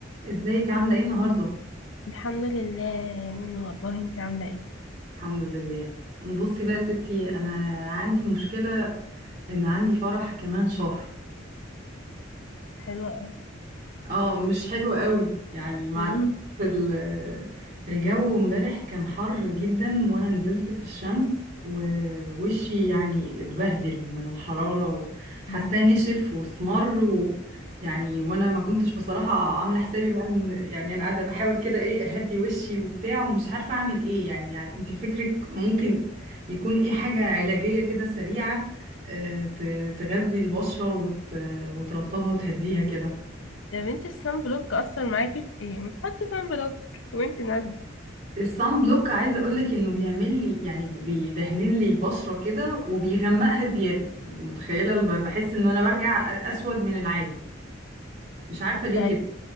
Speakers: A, on the right (about 40°); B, on the left (about 85°).
A: ازيك عاملة ايه النهاردة؟
B: الحمد لله يا نونو والله انت عامله ايه
A: الحمد لله بصي بقى يا ستي انا عندي مشكلة ان عندي فرح كمان شهر
B: حلوه قوي
A: اه مش حلو قوي يعني مع
B: مم.
A: الأسف ال- الجو امبارح كان حر جدا وانا نزلت في الشمس ووشي يعني اتبهدل من الحرارة وحاساه
B: مم.
A: نشف واسمر و يعني وانا ما كنتش بصراحة عاملة حسابي بقى ان يعني انا قاعدة بحاول كده ايه اهدي وشي وبتاع ومش عارفة اعمل ايه يعني, يعني انت فكرك ممكن يكون ايه حاجة علاجية كده سريعة آه، ت- تغذي البشرة وت- وترطبها وتهديها كده
B: يا بنتي الصن بلوك اثر معاكي في ايه ما تحطي صن بلوك وانت نازله
A: الصن بلوك عايزه اقولك انه بيعمل لي يعني بيدهنن لي البشره كده وبيغمقها زياده انت متخيله ال- بحس ان انا برجع اسود من العادي مش عارفه ليه
B: طيب
A: كده